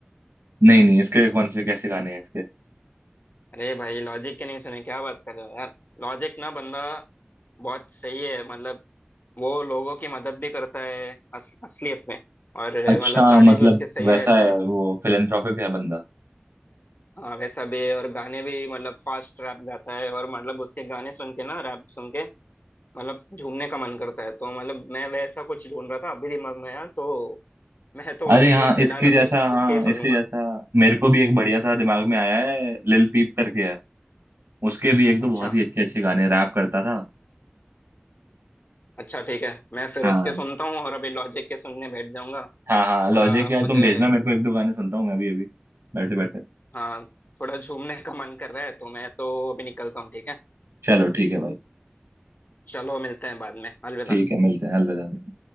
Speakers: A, on the right; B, on the left.
A: नहीं नहीं इसके कौन से कैसे गाने हैं इसके
B: अरे भाई लॉजिक के नहीं सुने क्या बात कर रहे हो यार लॉजिक ना बंदा बहुत सही है मतलब वो लोगों की मदद भी करता है अस, असलियत में और
A: अच्छा
B: मतलब गाने
A: मतलब
B: भी उसके सही
A: वैसा
B: रहते
A: है
B: हैं
A: वो फिलेंथ्रोपिक है बंदा
B: हाँ वैसा भी है और गाने भी मतलब फास्ट रैप गाता है और मतलब उसके गाने सुन के ना रैप सुन के मतलब झूमने का मन करता है तो मतलब मैं वैसा कुछ ढूंढ रहा था अभी दिमाग में यार तो मैं तो
A: अरे
B: अभी
A: हाँ
B: फिलहाल
A: इसके
B: अभी
A: जैसा हाँ
B: उसके ही सुन
A: इसके
B: लूंगा
A: जैसा मेरे को भी एक बढ़िया सा दिमाग में आया है लिल पीप करके उसके भी एक दो
B: अच्छा
A: बहुत ही अच्छे अच्छे गाने रैप करता था
B: अच्छा ठीक है मैं फिर
A: हाँ
B: उसके सुनता हूँ और अभी लॉजिक के सुनने बैठ जाऊंगा
A: हाँ हाँ लॉजिक
B: थोड़ा
A: यार
B: मुझे
A: तुम भेजना मेरे को एक दो गाने सुनता हूँ मैं भी अभी बैठे बैठे
B: हाँ थोड़ा झूमने का मन कर रहा है तो मैं तो अभी निकलता हूँ ठीक है
A: चलो ठीक है भाई
B: चलो मिलते हैं बाद में अलविदा
A: ठीक है मिलते हैं अलविदा भाई